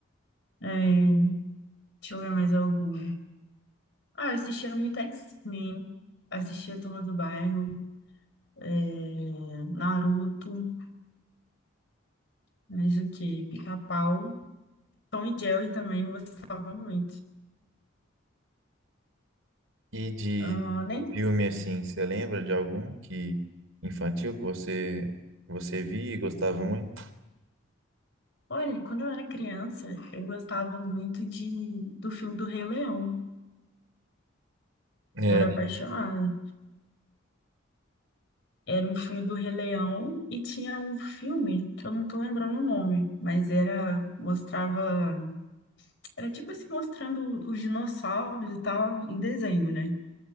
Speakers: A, on the left (about 60°); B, on the right (about 85°).
A: É, deixa eu ver mais algum. Ah, eu assistia muito X-Men. Assistia a Turma do Bairro. é, Naruto. Mas o quê? Pica-pau. Tom e Jerry também eu gostava muito.
B: E de
A: Ah, nem...
B: filme assim, você lembra de algum que infantil que você que você via e gostava muito?
A: Olha, quando eu era criança, eu gostava muito de... do filme do Rei Leão.
B: É,
A: Eu era apaixonada. Era um filme do Rei Leão e tinha um filme que eu não tô lembrando o nome, mas era, mostrava, era tipo assim, mostrando os dinossauros e tal em desenho, né?